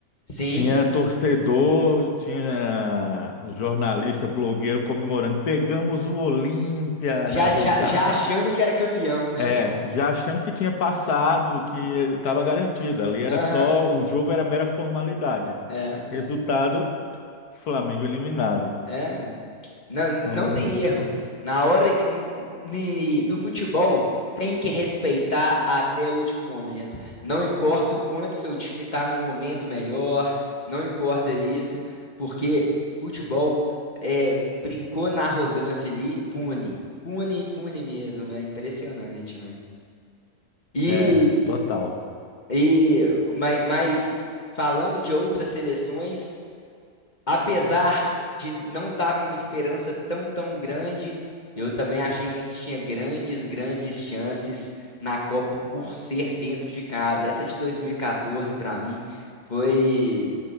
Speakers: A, on the left; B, on the left.
A: Sim,
B: Tinha torcedor, tinha jornalista, blogueiro comemorando. Pegamos o Olímpia
A: já
B: nas
A: já,
B: oitavas.
A: já achando que era campeão, né?
B: É, já achando que tinha passado, que estava garantido. Ali era
A: Aham.
B: só, o jogo era mera formalidade.
A: é.
B: Resultado, Flamengo eliminado.
A: É, não, não
B: Então,
A: tem erro. Na hora que ni- no futebol tem que respeitar até o último momento. Não importa o quanto seu time está no momento melhor, não importa isso, porque futebol é, brincou na arrogância ali, pune, pune, pune mesmo. É impressionante, mano. E,
B: é, total.
A: e mas, mas falando de outras seleções apesar de não estar com uma esperança tão, tão grande, eu também achei que a gente tinha grandes, grandes chances na Copa por ser dentro de casa. Essa de 2014, para mim, foi,